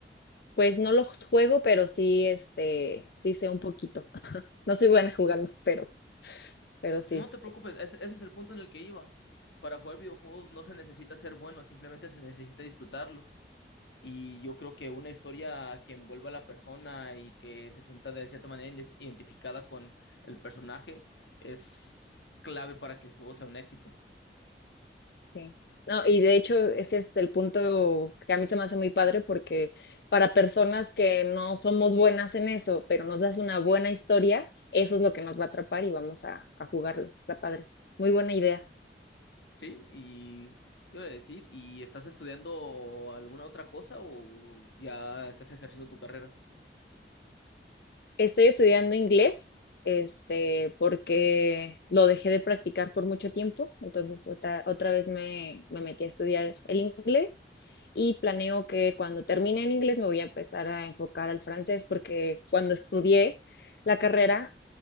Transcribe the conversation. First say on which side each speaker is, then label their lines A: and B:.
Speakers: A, on the left; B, on the left.
A: Pues no los juego, pero sí, este, sí sé un poquito. No soy buena jugando, pero, pero sí.
B: No te preocupes, es- ese es el punto en el que iba. Para jugar videojuegos no se necesita ser bueno, simplemente se necesita disfrutarlos. Y yo creo que una historia que envuelva a la persona y que se sienta de cierta manera inde- identificada con el personaje es clave para que el juego sea un éxito.
A: Sí. No, y de hecho ese es el punto que a mí se me hace muy padre porque para personas que no somos buenas en eso, pero nos das una buena historia, eso es lo que nos va a atrapar y vamos a, a jugarlo. Está padre. Muy buena idea.
B: Sí, y ¿qué iba a decir? ¿Y estás estudiando alguna otra cosa o ya estás ejerciendo tu carrera?
A: Estoy estudiando inglés, este, porque lo dejé de practicar por mucho tiempo, entonces otra, otra vez me, me metí a estudiar el inglés y planeo que cuando termine el inglés me voy a empezar a enfocar al francés, porque cuando estudié la carrera,